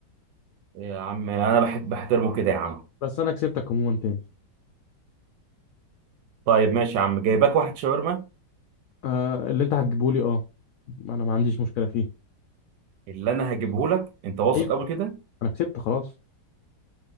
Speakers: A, on the right; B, on the left.
A: إيه يا عم أنا بحب بحترمه كده يا عم
B: بس انا كسبتك عموما تاني
A: طيب ماشي يا عم جايباك واحد شاورما
B: آه اللي انت هتجيبه لي اه انا ما عنديش مشكله فيه
A: اللي أنا هجيبه لك أنت واثق
B: ايوه
A: قبل كده
B: انا كسبت خلاص